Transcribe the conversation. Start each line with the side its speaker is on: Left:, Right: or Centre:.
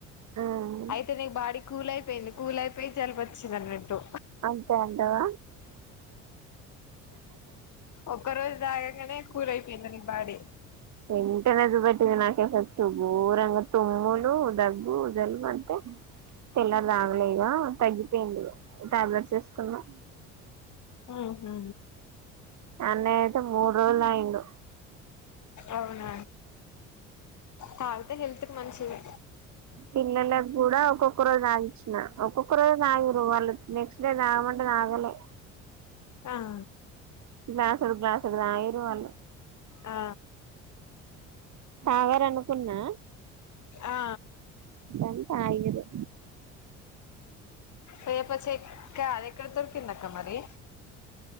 Right: ఆ
Left: అయితే నీకు బాడి కూల్ అయిపోయింది కూల్ అయిపోయి జలుబు వచ్చింది అన్నట్టు
Right: అంతే అంటవా
Left: ఒక్క రోజు తాగాగానే కూల్ ఐపోయింది నీ బాడి
Right: ఎంటనే చూపెట్టింది నాకె ఫస్ట్ ఊరంగా తుములు దగ్గు జలుబు అన్ని పిల్లలు రాగలేగా తగ్గిపోయింది టాబ్లెట్స్ వేసుకున్నా
Left: ఆహ
Right: అన్న అయితే మూడు రోజులు తాగిండు
Left: అవునా తాగితే హెల్త్ కి మంచిది
Right: పిల్లలకుకి కూడా ఒక్కొక్క రజ ఆ ఒక్కొక్క రోజ తాగిరు వా నెక్స్ట్ డే తాగమంటే ఆగలే
Left: ఆా
Right: గ్లాస్ ఎడుదు గ్లాస్ ఎడుదు ఆయ రూవలో
Left: ఆ
Right: తవరను పున్నా
Left: ఆ
Right: ఎంత ఆయిదు
Left: వేపచెక్క ఎక్కడ దొరికింది అక్క మరి